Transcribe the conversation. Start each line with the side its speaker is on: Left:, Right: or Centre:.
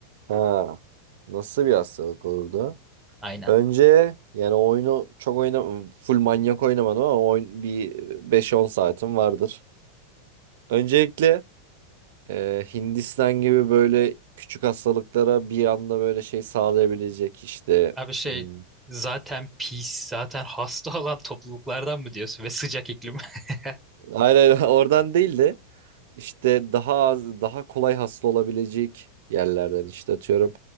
Right: Ha, nasıl bir hastalık olurdu?
Centre: Aynen.
Right: Önce yani oyunu çok oynam full manyak oynamadım ama oyun bir beş on saatim vardır. Öncelikle e, Hindistan gibi böyle küçük hastalıklara bir anda böyle şey sağlayabilecek işte.
Centre: Abi şey
Right: Hmm,
Centre: zaten pis, zaten hasta olan topluluklardan mı diyorsun ve sıcak iklim. <laughs>
Right: Hayır hayır <laughs> oradan değildi. işte daha az, daha kolay hasta olabilecek yerlerden işte atıyorum